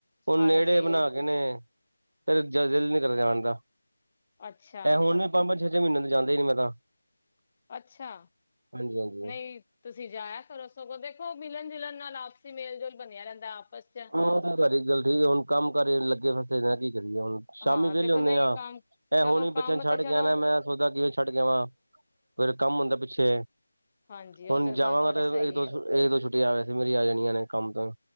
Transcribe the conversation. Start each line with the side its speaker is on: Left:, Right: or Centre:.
Right: ਹੁਣ
Left: ਹਾਂਜੀ
Right: ਨੇੜੇ ਬਣਾ ਕੇ ਨੇ ਫਿਰ ਦਿਲ ਨੀ ਜਾਣ ਦਾ
Left: ਅੱਛਾ
Right: ਇਹ ਹੁਣ ਵੀ ਪੰਜ ਪੰਜ ਛੇ ਛੇ ਮਹੀਨਿਆਂ ਜਾਂਦਾ ਹੀ ਨੀ ਮੈਂ ਤਾਂ
Left: ਅੱਛਾ
Right: ਹਾਂਜੀ ਹਾਂਜੀ
Left: ਨਹੀਂ ਤੁਸੀਂ ਜਾਇਆ ਕਰੋ ਸਗੋਂ ਦੇਖੋ ਮਿਲਣ ਜੁਲਣ ਨਾਲ ਆਪਸੀ ਮੇਲ ਜੋਲ ਬਣਿਆ ਰਹਿੰਦਾ ਆਪਸ ਚ
Right: ਉਹ ਤਾਂ ਤੁਹਾਡੀ ਗੱਲ ਠੀਕ ਆ ਹੁਣ ਕੰਮ ਕਾਰੇ ਲੱਗੇ ਫਸੇ ਨਾ ਕੀ ਕਰੀਏ ਹੁਣ ਸ਼ਾਮੀ
Left: ਹਾਂ
Right: ਵਿਹਲੇ
Left: ਦੇਖੋ
Right: ਹੁੰਦੇ
Left: ਨਹੀਂ
Right: ਹਾਂ
Left: ਕੰਮ
Right: ਇਹ
Left: ਚਲੋ
Right: ਹੁਣ ਵੀ
Left: ਕੰਮ
Right: ਬੱਚਿਆਂ ਨੂੰ ਛੱਡ
Left: ਤੇ ਚਲੋ
Right: ਕੇ ਆਣਾ ਮੈਂ ਸੋਦਾ ਕੇ ਛੱਡ ਕੇ ਆਵਾਂ ਫੇਰ ਕੰਮ ਹੁੰਦਾ ਪਿੱਛੇ
Left: ਹਾਂਜੀ ਉਹ
Right: ਹੁਣ
Left: ਤੇ
Right: ਜਾਵਾਂਗਾ
Left: ਗੱਲ ਤੁਹਾਡੀ
Right: ਤੇ
Left: ਸਹੀ
Right: ਇੱਕ ਦੋ
Left: ਹੈ
Right: ਦੋ ਛੁੱਟੀ ਆ ਜਾਣੀਆਂ ਨੇ ਮੇਰੀਆ ਕੰਮ ਤੋਂ